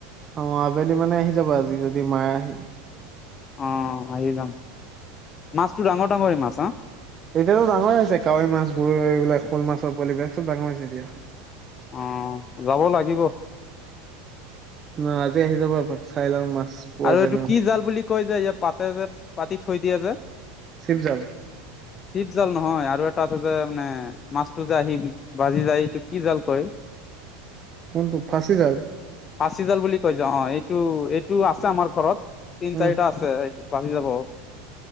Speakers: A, on the right (about 20°); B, on the left (about 25°).
A: অ' আবেলি মানে আহি যাব আজি, যদি মাৰাহি।
B: অ' আহি যাম। মাছতো ডাঙৰ ডাঙৰ মাছ হা?
A: এতিয়াতো ডাঙৰে হৈছে কাৱৈ মাছবোৰ এইবিলাক শ'ল মাছৰ পোৱালিবিলাক চব ডাঙৰ হৈছে এতিয়া।
B: অ' যাব লাগিব।
A: ন আজি আহি যাব এপাক, চাই লওঁ মাছ। পোৱা
B: আৰু
A: যায়
B: এইটো
A: নে নাই।
B: কি জাল বুলি কয় যে ইয়াত পাতে যে, পাতি থৈ দিয়ে যে?
A: চিপজাল
B: চিপ জাল নহয় আৰু এটা আছে যে মানে মাছটো যে আহি বাজি যায় এইটো কি জাল কয়?
A: কোনটো? ফাঁচি জাল।
B: ফাঁচি জাল বুলি কয় যে, অ' এইটো, এইটো আছে আমাৰ ঘৰত, তিন
A: উম,
B: চাৰিটা আছে। ছে এইটো পালি যাব।